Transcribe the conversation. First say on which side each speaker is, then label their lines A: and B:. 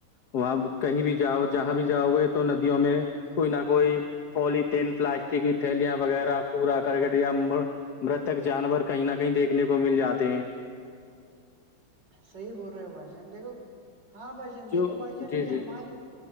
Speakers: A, on the left; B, on the right.
A: وہاں کہیں بھی جاؤ جہاں بھی جاؤ گے تو ندیوں میں کوئی نہ کوئی پولیتین پلاسٹک کی تھیلیاں وغیرہ کوڑا کرکٹیا امبر مرتک جانور کہیں نہ کہیں دیکھنے کو مل جاتے ہیں
B: صحیح بول رہے ہو بھائی جان دیکھو ہاں بھائی جان
A: جو
B: دیکھو بھائی جان
A: جی
B: یہ
A: جی
B: ہماری